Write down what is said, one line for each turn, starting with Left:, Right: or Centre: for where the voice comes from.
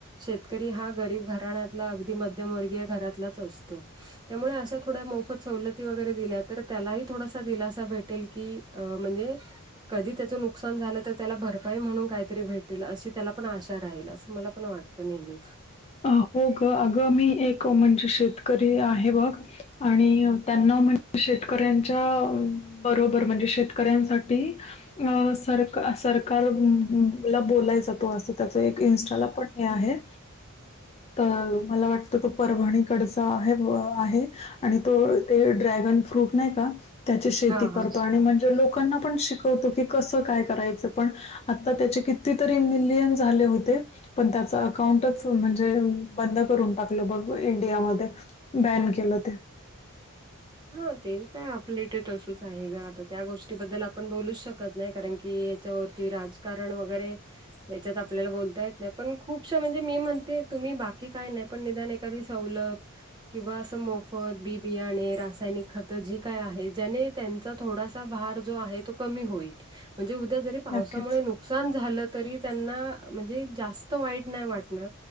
Right: शेतकरी हा गरीब घराण्यातला अगदी मध्यमवर्गीय घरातलाच असतो त्यामुळे अशा थोड्या मोफत सवलती वगैरे दिल्या तर त्यालाही थोडासा दिलासा भेटेल की अ म्हणजे कधी त्याचं नुकसान झालं तर त्याला भरपाई म्हणून काहीतरी भेटेल अशी त्याला पण आश राहील असं मला पण वाटतं नेहमीच.
Left: हो ग अगं मी एक म्हणजे शेतकरी आहे बघ. आणि त्यांना म्हणजे शेतकऱ्यांच्या बरोबर म्हणजे शेतकऱ्यांसाठी- ती, अ सर - सरकार ला बोलायचा तो असं त्याच एक इनस्टाला पण हे आहे. तर मला वाटतं तो परभणीकडचा आहे, आहे. आणि तो ते ड्रॅगन फ्रूट नाही का, त्याची शेती
Right: हा
Left: करतो
Right: हा.
Left: आणि मग- जे लोकांना पण शिकवतो की कस काय करायचं पण आता त्याचे कितीतरी मिलियन झाले होते पण त्याचा अकाउंटच म्हणजे बंद करून टाकलं. बघ इंडियामध्ये बॅन केलं ते
Right: हा ते काय आपल्या इथ तसच आहे ग. आता त्या गोष्टीबद्दल आपण बोलूच शकत नाय, कारण की - त्याच्यावरती राजकारण वगैरे याच्यात आपल्याला बोलता येत नाय पण खूपशा म्हणजे मी म्हणते तुम्ही बाकी काय नाय पण निदान एक - तरी सवलत, किंवा अस मोफत बि-बियाणे, रास त्यानी खत जी काय आहे. ज्यानी त्यांचा थोडासा भार जो आहे तो कमी होईल. म्हणजे उद्या जरी पावसामुळ
Left: नक्कीच
Right: नुक नुकसान झालं तरी त्यांना म्हणजे जास्त वाईट नाय वाटणार.